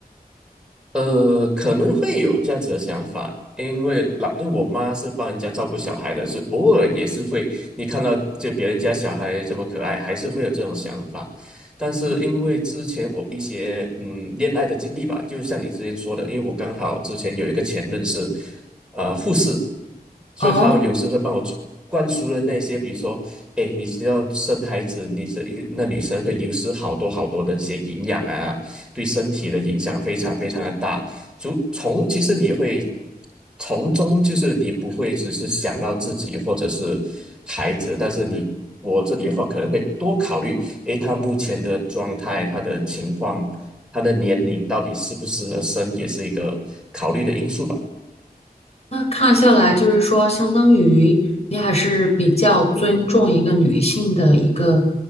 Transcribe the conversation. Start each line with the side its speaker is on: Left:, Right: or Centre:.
Centre: 呃，可能会有这样子的想法，因为老，因为我妈是帮人家照顾小孩的，是偶尔也是会，你看到就别人家小孩这么可爱，还是会有这种想法。但是因为之前我一些嗯恋爱的经历吧，
Left: 嗯，
Centre: 就像你之前说的，因为我刚好之前有一个前任是呃护士，所以他有时会帮我灌输的那些，
Left: 哦，
Centre: 比如说哎，你知道生孩子，你这一个那女生会流失好多好多的一些营养啊，对身体的影响非常非常的大。就从其实你会从中，就是你不会只是想到自己或者是孩子，但是你我这里的话可能会多考虑，诶，他目前的状态、他的情况、他的年龄到底适不适合生，也是一个考虑的因素吧。<laughs>
Left: 那看下来，就是说，相当于你还是比较尊重一个女性的一个